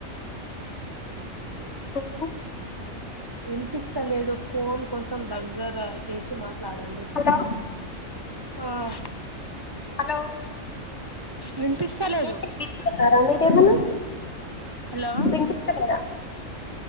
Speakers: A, on the left; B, on the right.
A: హలో
B: వినిపిస్తలేదు ఫోన్ కొంచెం దగ్ గర చేసి మాట్లాడండి
A: హలో
B: ఆహ్
A: హలో
B: వినిపిస్తలేదు
A: ఏంటి బిజీగ ఉన్నారా మీరేమన్నా
B: హలో లో
A: వినిపిస్తలేదా